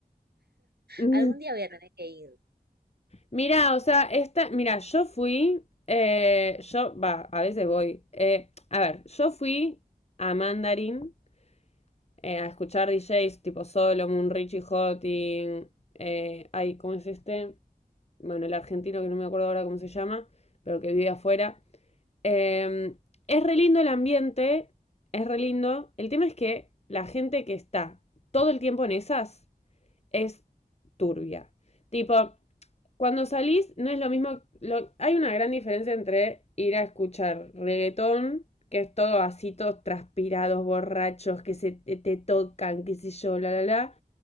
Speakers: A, on the left; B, on the right.
A: <laughs>
B: algún día voy a tener que ir.
A: Mira, o sea, esta, mira, yo fui, eh, yo, va, a veces voy, eh, a ver, yo fui a Mandarin eh, a escuchar DJs tipo Solomon, Richie Hotting, eh, ay, ¿cómo es este? Bueno, el argentino que no me acuerdo ahora cómo se llama, pero que vive afuera. Eh, es re lindo el ambiente, es re lindo. El tema es que la gente que está todo el tiempo en esas es turbia. Tipo, cuando salís no es lo mismo, lo- hay una gran diferencia entre ir a escuchar reggaetón, que es todo así, todos transpirados, borrachos, que se te, te tocan, qué sé yo, la, la, la.